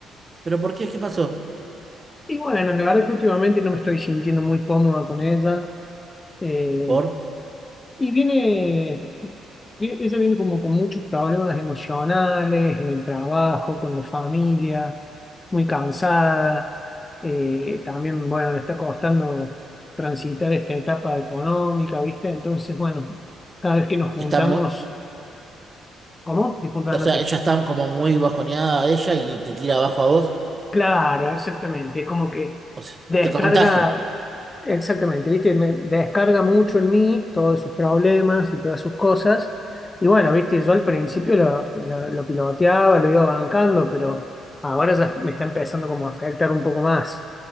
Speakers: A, on the right; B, on the left.
A: ¿pero por qué? ¿Qué pasó?
B: Y bueno, la verdad que últimamente no me estoy sintiendo muy cómoda con ella. Eh,
A: ¿Por?
B: Y viene, vi- ella viene como con muchos problemas emocionales, en el trabajo, con la familia, muy cansada. Eh, también, bueno, le está costando transitar esta etapa económica, ¿viste? Entonces, bueno, cada vez que nos juntamos,
A: Está muy,
B: ¿cómo? Disculpa,
A: o
B: no
A: sea,
B: te-
A: ella está como muy bajoneada ella y te tira abajo a vos.
B: Claro, exactamente. Como que
A: O sea,
B: descarga,
A: te contagia.
B: exactamente, ¿viste? Me descarga mucho en mí todos sus problemas y todas sus cosas. Y bueno, ¿viste? Yo al principio lo, lo, lo piloteaba, lo iba bancando, pero ahora ya me está empezando como a afectar un poco más.